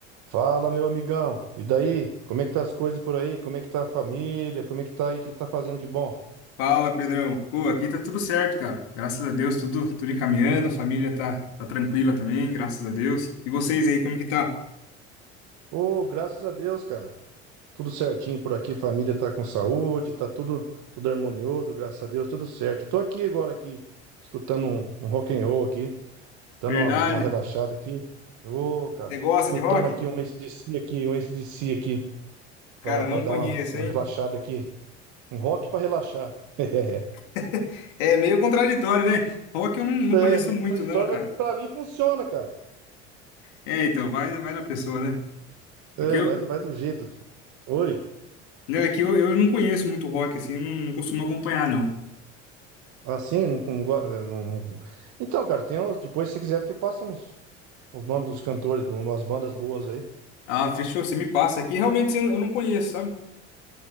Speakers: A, on the right; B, on the left.
A: Fala, meu amigão. E daí? Como é que tá as coisas por aí? Como é que tá a família? Como é que tá aí? O que tá fazendo de bom?
B: Fala, Pedrão. Pô, aqui tá tudo certo, cara. Graças a Deus, tudo, tudo encaminhando, a família tá, tá tranquila também, graças a Deus. E vocês aí, como que tá?
A: Ô, graças a Deus, cara. Tudo certinho por aqui, família tá com saúde, tá tudo tudo harmonioso, graças a Deus, tudo certo. Tô aqui agora aqui, escutando um, um rock and roll aqui, dando
B: Verdade?
A: uma, uma relaxada aqui. Ô, cara,
B: Você gosta
A: escutando
B: de rock?
A: aqui um AC/DC aqui, um AC/DC aqui,
B: Cara,
A: pra,
B: não
A: pra dar
B: conheço,
A: uma, uma
B: hein?
A: relaxada aqui. Um rock pra relaxar. <laughs>
B: <laughs> É meio contraditório, né? Rock eu não, não
A: É,
B: conheço
A: meio
B: muito,
A: contraditório,
B: não, cara.
A: mas pra mim funciona, cara.
B: É, então, vai, vai da pessoa, né? É
A: É,
B: que eu,
A: vai do, vai do jeito. tu- Oi.
B: não, é que eu, eu não conheço muito rock, assim, eu não, não costumo acompanhar, não.
A: Assim, não, não, go- não- não- Então, cara, tem uns. Depois, se você quiser, te passa uns, uns nomes dos cantores, de umas bandas boas aí.
B: Ah, fechou, você me passa aqui. Realmente eu, eu não conheço, sabe?